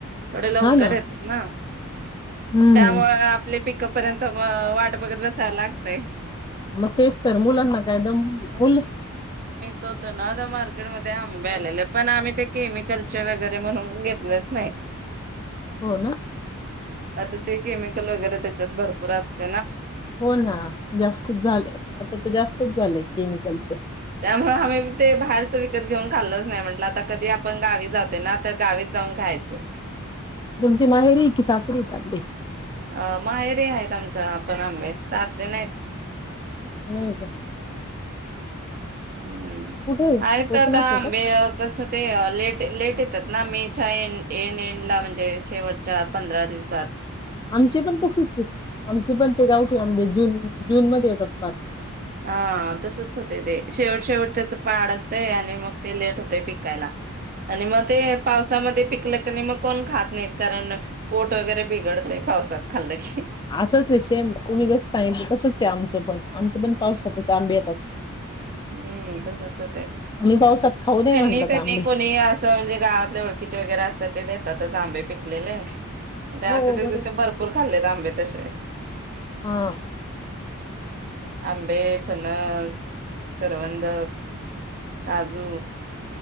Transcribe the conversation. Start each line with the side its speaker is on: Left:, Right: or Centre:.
Right: थोडे लवकर
Left: हा ना
Right: येतात ना
Left: हम्म
Right: त्यामुळे आपले पै येइपर्यंत मग वाट बघत बसाव लागतय
Left: मग तेच तर मुलांना कायदम मुली
Right: तो ना आता मार्केटमध्ये आंबे आलेले पण आम्ही ते केमिकलचे वगैरे म्हणून आम्ही घेतलेच नाही
Left: हो ना.
Right: आता ते केमिकल वगैरे त्या त भरपूर असत.
Left: हो ना जास्तच झालंय आता तर जास्त खूप भलं आहे केमिकलचं.
Right: त्यामुळे हमही ते बाहेरच विकत घेऊन. कल म्हट आता कधी आपण गावी जातो ना तर गावी जाऊन खायच.
Left: तुमची माहेरी की सासरी ते
Right: अ माहेरे आहेत आमच्या आपण आं सासरे नाहीत.
Left: नाही का.
Right: हम्म
Left: कुठे आहे
Right: आता
Left: कोकणात
Right: आता
Left: आहे
Right: अंबे
Left: का
Right: कसते लेट लेट ेतात ना मे च्या ए एड ला म्हणजे शेवटच्या पंधरा दिवसर
Left: आमचे पण ते सुट आमचे पण ते गावठी आमे जून जून म येतात फार
Right: हा तसच होतंय ते शेवट शेवट त्याच पाड असतं आणि मग ते लेट होतय पिकायला आणि मग ते पावसामध्ये पिकलं क नाही मग. कोण खात नाहीत कारण पोट वगैरे बिघडतय पावसात खाल्लं की.
Left: असंच आहे सेम तुम्ही जस सांगितलं तसच आहे आमचं पण आमचा पण पाऊस जातच आंबे येतात.
Right: हम्म तसच त्यांनी
Left: आणि पावसात खाऊ नाही म्हणतात
Right: त्यांनी
Left: आंबे
Right: कोणी असं म्हणजे गावातले ओळखीचे वगैरे असतात ते देतातच आंबे पिकलेले. त्या
Left: हो
Right: तेिथे
Left: बरोबर
Right: भरपूर खाल्लेत आंबे तसे
Left: हा.
Right: आंबे फनस करवंद, काजू